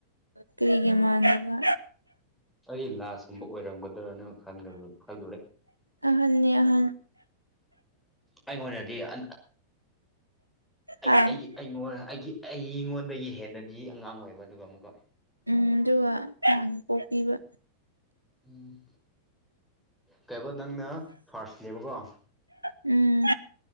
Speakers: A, on the right; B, in the centre.
A: ꯀꯔꯤꯒꯤ ꯃꯥꯥꯟꯗꯕ
B: ꯑꯩ ꯂꯥꯁꯀꯨꯝꯕ ꯑꯣꯏꯔꯝꯒꯗ꯭ꯔꯅ ꯈꯜꯂꯨ ꯈꯜꯂꯨꯔꯦ
A: ꯑꯍꯟꯅꯦ ꯑꯍꯟ
B: ꯑꯩꯉꯣꯟꯗꯗꯤ ꯑꯩ
A: ꯍꯥ
B: ꯑꯩꯒꯤ ꯑꯩꯉꯣꯟ ꯑꯩꯒꯤ ꯑꯩꯉꯣꯟꯗꯒꯤ ꯍꯦꯟꯅꯗꯤ ꯑꯉꯥꯡ ꯑꯣꯏꯕ ꯑꯗꯨꯒ ꯑꯃꯨꯛꯀ
A: ꯎꯝ ꯑꯗꯨꯒ <unintelligible> ꯄꯣꯛꯄꯤꯕ
B: ꯎꯝ ꯀꯩꯕꯥ ꯅꯪꯅ ꯐꯥꯔꯁꯅꯦꯕꯀꯣ
A: ꯎꯝ